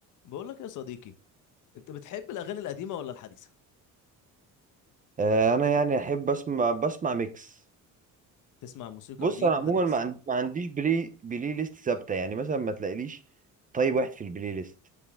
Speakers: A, on the left (about 65°); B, on the right (about 25°).
A: بقول لك يا صديقي انت بتحب الاغاني القديمه ولا الحديثه
B: آه، انا يعني احب اسمع بسمع ميكس
A: تسمع موسيقى
B: بص
A: قديم
B: انا
A: وحديث
B: عموما ما عن- ما عنديش بلاي بلاي ليست ثابته يعني مثلا ما تلاقيليش طيب واحد في البلاي ليست